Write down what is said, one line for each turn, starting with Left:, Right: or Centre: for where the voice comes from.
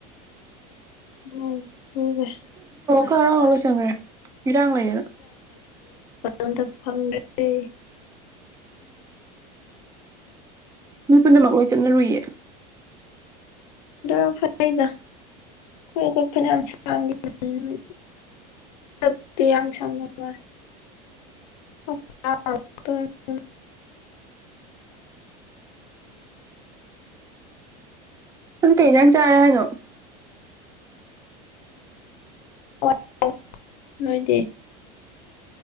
Left: ꯂꯣꯏ ꯂꯣꯌꯒ꯭ꯔꯦ
Right: ꯈꯔ ꯑꯃ ꯆꯪꯒ꯭ꯔꯦ ꯏꯔꯥꯡ ꯂꯩꯌꯦꯅ
Left: ꯑꯝꯇ ꯐꯪꯗ꯭ꯔꯦ
Right: ꯃꯤ ꯄꯨꯝꯅꯃꯛ ꯂꯣꯏꯅ ꯆꯠꯂꯔꯣꯏꯌꯦ
Left: ꯑꯗꯨꯅ ꯐꯩ ꯗ <unintelligible> ꯌꯥꯝ ꯁꯥꯡꯅ ꯋꯥꯏ <unintelligible>
Right: ꯅꯪ ꯀꯩ ꯏꯟꯖꯥꯡ ꯆꯥꯔꯦ ꯍꯥꯏꯅꯣ
Left: <unintelligible> ꯅꯣꯏꯗꯤ